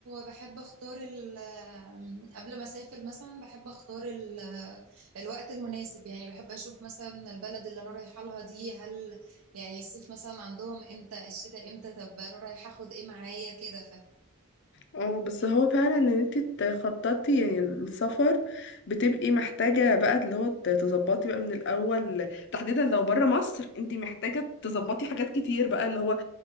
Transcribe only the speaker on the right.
بحب اختار ال- آم، قبل ما اسافر مثلا بحب اختار ال- آه، الوقت المناسب يعني بحب اشوف مثلا البلد اللي انا رايحه لها دي هل يعني الصيف مثلا عندهم امتى الشتاء امتى طب انا رايحه اخد ايه معايا كده
فاهماني